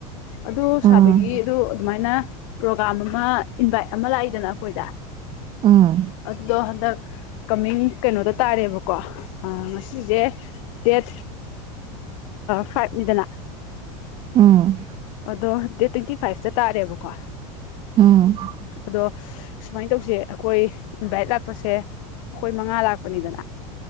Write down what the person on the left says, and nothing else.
ꯑꯗꯨ
ꯁꯥꯕꯒꯤ ꯑꯗꯨ ꯑꯗꯨꯃꯥꯏꯅ ꯄ꯭ꯔꯣꯒꯥ꯭ꯝ ꯑꯃ ꯏꯟꯚꯥꯏꯠ ꯑꯃ ꯂꯥꯛꯏꯗꯅ ꯑꯩꯈꯣꯏꯗ
ꯑꯗꯨꯗꯣ ꯍꯟꯗꯛ ꯀꯃꯤꯡ ꯀꯩꯅꯣꯗ ꯇꯥꯔꯦꯕ ꯀꯣ ꯉꯁꯤꯁꯦ ꯗꯦꯠ ꯐꯥꯏꯚꯅꯤꯗꯅ
ꯑꯗꯣ ꯗꯦꯠ ꯇ꯭ꯋꯦꯟꯇꯤ ꯐꯥꯏꯚꯇ ꯇꯥꯔꯦꯕꯀꯣ
ꯑꯗꯣ ꯁꯨꯃꯥꯏꯅ ꯇꯧꯁꯦ ꯑꯩꯈꯣꯏ ꯏꯟꯚꯥꯏꯠ ꯂꯥꯛꯄꯁꯦ ꯑꯩꯈꯣꯏ ꯃꯉꯥ ꯂꯥꯛꯄꯅꯤꯗꯅ